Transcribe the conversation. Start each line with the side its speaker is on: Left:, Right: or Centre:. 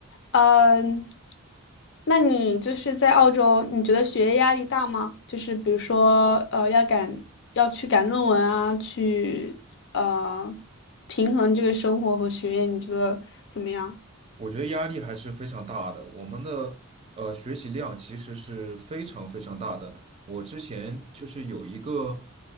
Left: 嗯，那你就是在澳洲，你觉得学业压力大吗？就是比如说，呃，要赶要去赶论文啊，去呃平衡这个生活和学业，你觉得怎么样？
Right: 我觉得压力还是非常大的。我们的呃学习量其实是非常非常大的。我之前就是有一个